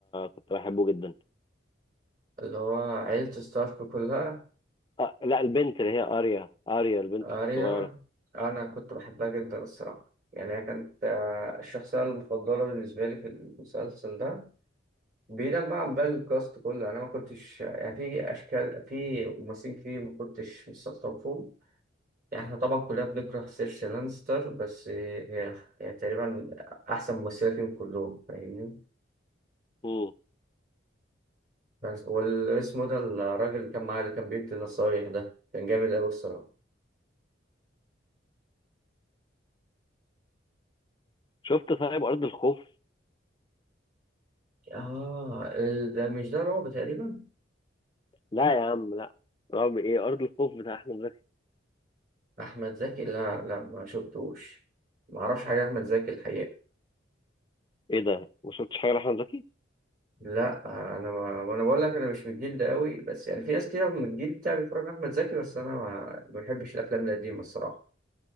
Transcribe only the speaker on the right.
اللي هو عيلة ستارك كلها
أريا
أنا كنت بحبها جدا الصراحة يعني هي كانت آه، الشخصية المفضلة بالنسبة لي في المسلسل ده بعيدا بقى عن باقي الكاست كله أنا ما كنتش يعني في أشكال في ممثلين كتير ما كنتش مستلطفهم فيهم. يعني إحنا طبعا كلنا بنكره سيرسي لانستر بس هي هي تقريبا أحسن ممثلة فيهم كلهم فاهمني
بس والاسم ده الراجل اللي كان معاه اللي كان بيدي النصايح ده كان جامد أوي الصراحة
اه آه، ده مش ده رعب تقريبا
احمد زكي لا لا ما شفتوش ما اعرفش حاجه احمد زكي الحقيقه
لا انا ما ما انا بقول لك انا مش من الجيل ده قوي بس يعني في ناس كده من الجيل بتاعي بيتفرجوا على احمد زكي بس انا ما ما بحبش الافلام القديمه الصراحه